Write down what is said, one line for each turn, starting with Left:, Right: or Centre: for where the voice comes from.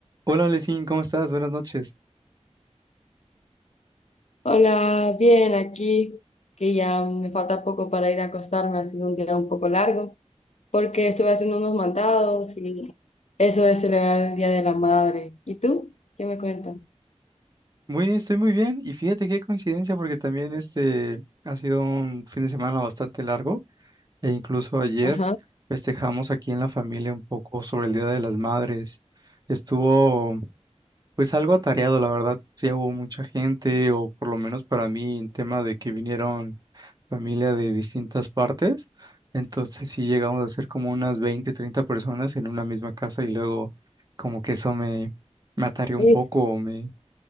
Right: Hola, Lesin, ¿cómo estás? Buenas noches.
Left: Hola, bien, aquí que ya me falta poco para ir a acostarme, ha sido un día un poco largo, porque estuve haciendo unos mandados y eso de celebrar el Día de la Madre. ¿Y tú? ¿Qué me cuentas?
Right: Muy, estoy muy bien y fíjate qué coincidencia porque también este ha sido un fin de semana bastante largo e incluso ayer
Left: Ajá.
Right: festejamos aquí en la familia un poco sobre el Día de las Madres. Estuvo pues algo atareado, la verdad. Sí hubo mucha gente o por lo menos para mí en tema de que vinieron familia de distintas partes. Entonces sí llegamos a ser como unas 20, 30 personas en una misma casa y luego como que eso me, me atareó un
Left: Sí,
Right: poco, o me,